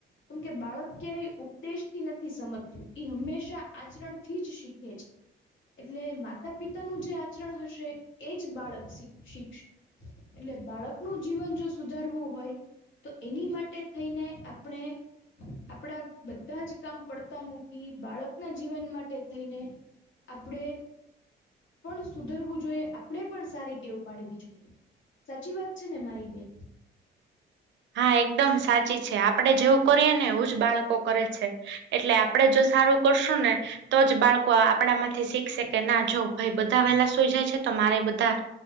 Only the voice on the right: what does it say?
હા એકદમ સાચી છે આપડે જેવું કરીએ ને એવું જ બાળકો કરે છે એટલે આપડે જો સારું કરશું ને તો જ બાળકો આપડા માંથી શીખશે કે ના જો ભાઈ બધા વહેલા સુઈ જાય છે તો મારે બધા